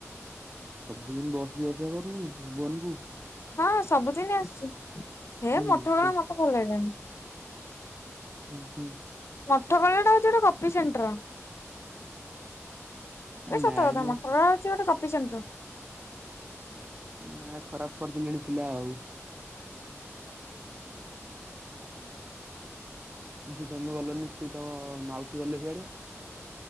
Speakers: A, on the right; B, on the left.
A: ସବୁଦିନ ବସ୍ ଯିବା ଆସିବା କରୁନି ଭୁବନ କୁ।
B: ହଁ ସବୁଦିନ ଆସିୁଛି ହେ
A: ହୁଁ
B: ମତେ କଣ
A: ତ
B: ମତେ ଭଲ ଲାଗିଲାଣି।
A: ହୁଁ ହୁଁ।
B: ମଠ କଲେଜ୍ ଟା ସେଟା ହଉଛି ଗୋଟେ କପି ସେଣ୍ଟର। ଆବେ ସତ
A: ନାଇଁ
B: କଥା
A: ମ
B: ମଟର ଅଛି ଗୋଟେ କପିସେଣ୍ଟର।
A: ନାଁ ଖରାପ କରିଦେଲେଣି ପିଲା ଆଉ। ଯିଏ ତୁମେ ଗଲନି ସିଏ ତମ ମାଉସୀ ଗଲେ ସିଆଡେ।